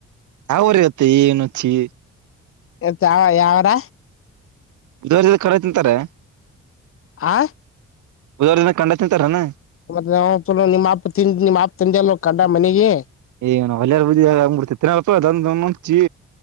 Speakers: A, on the right (about 70°); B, on the left (about 45°).
A: ಅವರ ಇತ್ತ ಏನುಚ್ಚಿ
B: ಎತ್ಾವ ಯಾವರ
A: ದೂರದಲ್ಲಿ ಕೊಡ ತಿಂತಾರೆ
B: ಆ
A: ಬುಧವಾರ ದಿನ ಕಂಡಾ ತಿಂತಾರಣ
B: ಮತ್ತ ನಾ ನಿಮ್ಮ್ ತಿ ನಿಮ್ಮ್ ತಂದೆಲ್ಲ ಕಂಡ ಮನೆಗೆ
A: ಏನ ಹೊಳ್ಳಾರ ಬುದದಿ ಆಗ್ಬಿಡ್ತೇ ತಿನಪ್ಪ ಅ ಮುಂಚಿ